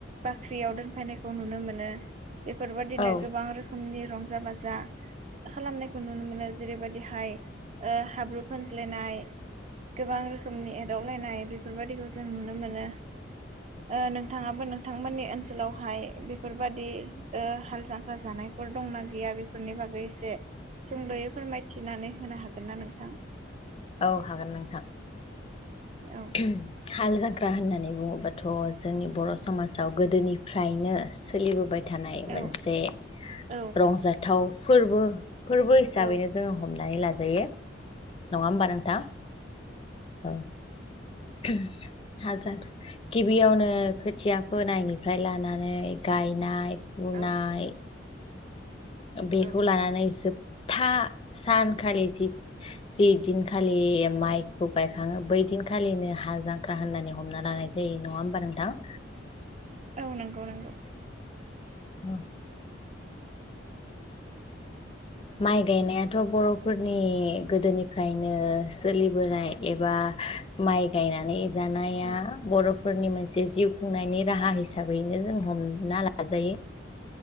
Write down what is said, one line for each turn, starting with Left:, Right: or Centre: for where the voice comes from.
Right: बाख्रियाव दोनफैनायखौ नुनो मोनो। बेफोर बादिनो
Left: औ
Right: गोबां रोखोमनि रं जा बाजा खालामनाय खौ नुनो मोनो जेरैबायदिहाय ओ हाब्रु फानज्लायनाय गोबां रोखोमनि एदावलायनाय बे फोर बायदिखौ जों नुनो मोनो। ओ नोंथाङाबो नों थांमोननि ओनसोलावहाय बेफोरबादि ओ हाल जांख्रा जानायफोर दंना गैया बेफोरनि बागै एसे सुंद'यै फोरमायथिनानै होनो हागोन ना नोंथां
Left: औ हागोन नोंथां
Right: औ
Left: <unintelligible> हाल जां ख्रा होननानै बुङोबाथ' जोंनि बर' समासाव गोदोनिफ्रायनो सोलिबोबाय थानाय
Right: औ
Left: मोनसे
Right: औ
Left: रंजाथाव फोरबो फोरबो हिसाबैनो
Right: औ
Left: जोङो हमनानै लाज जायो नङा होमबा नोंथां औ <unintelligible> हाजार गिबियावनो खोथिया फोनायनिफ्राय लानानै गायनाय फुनाय
Right: औ
Left: ओ बेखौ
Right: औ
Left: लानानै जोब था सान खालि जि जि दिनखालि माइखौ गायखाङो बै दिनखालिनो हाल जांख्रा होननानै हमना लानाय जायो। नङा होमबा नोंथां?
Right: औ नोंगौ नोंगौ
Left: ओं माइ गायनायाथ' बर'फोरनि गोदोनिफ्रायनो सोलिबोनाय एबा माइ गायनानै जानाया
Right: औ
Left: बर' फोरनि मोनसे जिउ खुंनायनि राहा हिसाबैनो जों सम हमना लाजायो